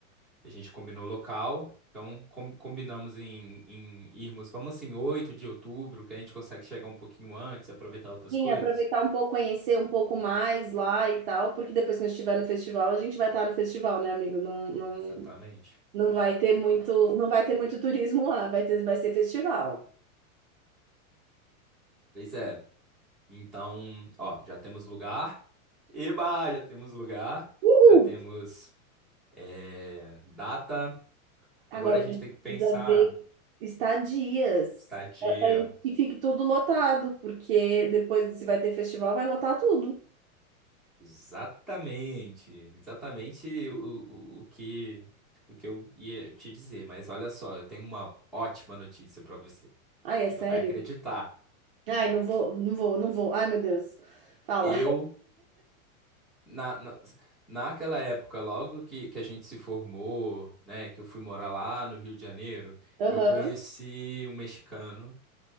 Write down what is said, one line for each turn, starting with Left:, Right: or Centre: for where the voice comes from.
Centre: A gente combinou o local, então com- combinamos em, em irmos, vamos assim, 8 de outubro, que a gente consegue chegar um pouquinho antes e aproveitar outras
Right: Sim,
Centre: coisas.
Right: aproveitar um pouco, conhecer um pouco mais lá e tal, porque depois que a gente estiver no festival, a gente vai estar no festival, né, amigo? Não, não,
Centre: Exatamente.
Right: não vai ter muito, não vai ter muito turismo lá, vai ter, vai ser festival.
Centre: Pois é. Então, ó, já temos lugar. Eba, já temos lugar.
Right: Uhul!
Centre: Já temos é, data. Agora
Right: Agora
Centre: a
Right: a
Centre: gente
Right: gente
Centre: tem que pensar
Right: precisa ver Estadias.
Centre: estadia.
Right: antes que fique tudo lotado, porque depois, se vai ter festival, vai lotar tudo.
Centre: Exatamente. Exatamente o, o, o que o que eu ia te dizer, mas olha só, eu tenho uma ótima notícia para você.
Right: Ai, é
Centre: Você
Right: sério?
Centre: não vai acreditar.
Right: Ai, não vou, não vou, não vou. Ai, meu Deus. Fala.
Centre: Eu, na, na, naquela época, logo que, que a gente se formou, né, que eu fui morar lá no Rio de Janeiro,
Right: Aham.
Centre: eu conheci um mexicano